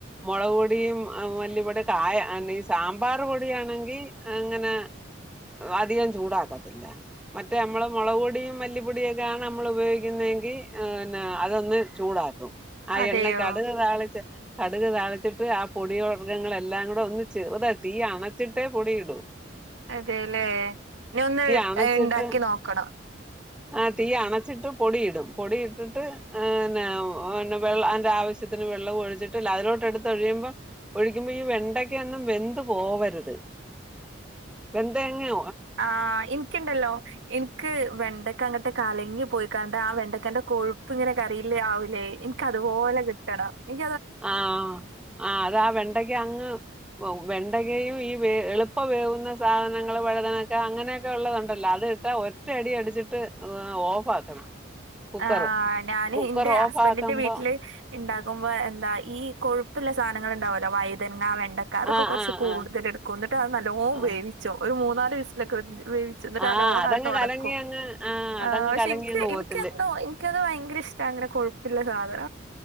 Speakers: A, in the centre; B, on the right.
A: മുളക് പൊടിയും മല്ലിപൊടി കായ ഈ സാമ്പാർ പൊടിയാണ് അങ്ങനെ അധികം ചൂടാക്കത്തില്ല മറ്റേ നമ്മള് മുളക് പൊടിയും മല്ലിപ്പൊടിയും ഒക്കെയണ് നമ്മൾ ഉപയോഗിക്കുന്നതെങ്കി പിന്നെ അതൊന്ന് ചൂടാക്കും ആ
B: അതെയോ?
A: എണ്ണ കടുക താളിച്ച കടുക് താളിച്ചിട്ട് ആ പൊടിയ വർഗ്ഗങ്ങളെല്ലാം കൂടെ ഒന്ന് ചെറുതാ തീ അണച്ചിട്ടേ പൊടി ഇടും
B: അതെല്ലേ ന ഒന്ന്
A: അണച്ചിട്ട്
B: ഉണ്ടാക്കി നോക്കണം
A: ആ തീ അണച്ചിട്ട് പൊടിയിടും പൊടിയിട്ടിട്ട്ന്നെ വെള്ള ആയിൻ്റെ ആവശ്യത്തിന് വെള്ളം ഒഴിച്ചിട്ടില് അതിലോട്ട് എടുത്ത് ഒഴിയുമ്പോ ഒഴിക്കുമ്പോ ഈ വെണ്ടക്ക ഒന്നും വെന്ത് പോവരുത് വന്ത എങ് അ
B: ആ എനിക്കുണ്ടല്ലോ എനിക്ക് വെണ്ടക്ക അങ്ങോട്ട് കലങ്ങി പോയിക്കാണ്ട് ആ വെണ്ടക്കന്റെ കോ ഇങ്ങിനെ കറിയില്ലേ ആാവൂലേ എനിിക്കതുപോലെ കിട്ടണം എനി
A: ആ ആ അതാ വെണ്ടക്ക അങ്ങ് വെണ്ടക്കയും ഈ വ എളുപ്പ വേവുന്ന സാധനങ്ങൾ വഴുതനക്കെ അങ്ങനെയൊക്കെ ഉള്ളതുണ്ടല്ലോ അത് ട്ട ഒറ്റയടി അടിച്ചിട്ട് ഓഫ് ആക്കണം കുക്കറ്
B: ആ് ഞാന്
A: കുക്കർ
B: എന്റെ
A: ഓഫ്
B: ഹസ്ബൻറിന്റെ
A: ആക്കുമ്പോ
B: വീട്ടില് ഉണ്ടാക്കുമ്പോ എന്താ ഈ കൊഴുപ്പുള്ള സാധനങ്ങൾ ഉണ്ടാവല്ലോ വൈതനങ്ങ വേണ്ട ഉണ്ടക്കാ അതൊക്കെ
A: ആഹ്
B: കുറച്ച്
A: ആഹ്
B: കൂടുതല
A: ആഹ്
B: എടുക്കും എന്നിട്ട് അത് നല്ലോ
A: ആഹ്
B: വേിച്ചും ഒരു മൂന്നാല് വിസിലൊക്കെ വപേവിച്ച എന്നിട്ട്
A: ആഹ്
B: അലോൺ
A: അതങ്ങ്
B: ആയിട്ട് ഉടക്കും
A: കലങ്ങി അങ്ങ് ആഹ്
B: ആ
A: അതങ്ങ്
B: പക്ഷെ
A: കലങ്ങി
B: എനിക്ക്
A: അങ്ങ് പോകത്തില്ലേ
B: എനിക്കന്തോ എനിക്കത് ഭയങ്കര ഇഷ്ടാ അങ്ങനെ കൊഴപ്പില്ല സാധന